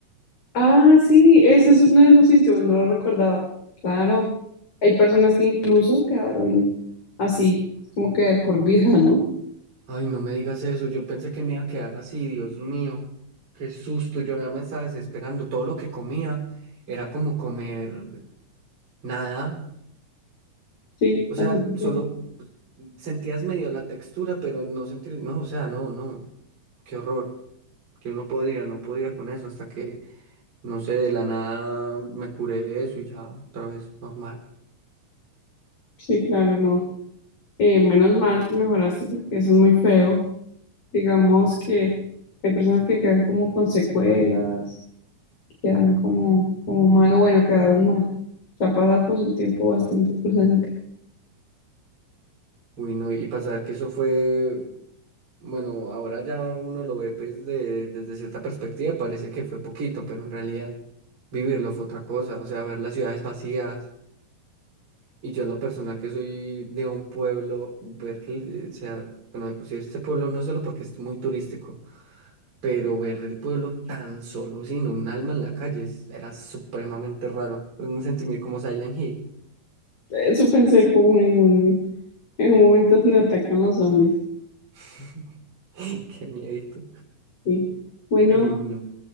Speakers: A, on the left; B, on the right.
A: Ah, sí, ese es uno de los síntomas, no lo recordaba. Claro, hay personas que incluso quedaron así, como que por vida, ¿no?
B: Ay, no me digas eso, yo pensé que me iba a quedar así, Dios mío, qué susto, yo ya me estaba desesperando, todo lo que comía era como comer nada,
A: Sí,
B: o sea,
A: así se
B: solo
A: siente.
B: pues, sentías medio la textura, pero no sentías, no, o sea, no, no, qué horror, yo no podía, no podía con eso hasta que, no sé, de la nada me curé de eso y ya otra vez normal.
A: Sí, claro, no. Eh, menos mal te mejoraste porque eso es muy feo. Digamos que hay personas que quedan como con secuelas, que quedan como, como mal o bueno, quedaron mal. Ya ha pasado pues un tiempo bastante <laughs> prudente.
B: Uy, no, y pasar que eso fue Bueno, ahora ya uno lo ve pues de- desde cierta perspectiva, parece que fue poquito, pero en realidad vivirlo fue otra cosa, o sea, ver las ciudades vacías y yo en lo personal que soy de un pueblo, ver que, eh, o sea, bueno, de por sí este pueblo no es solo porque es muy turístico, pero ver el pueblo tan solo, sin un alma en la calle, es- era supremamente raro, un sentimiento como Silent Hill,
A: Eso pensé como en un, en un momento donde atacan los zombies.
B: <laughs> qué miedito,
A: Sí. Bueno,
B: uy, no.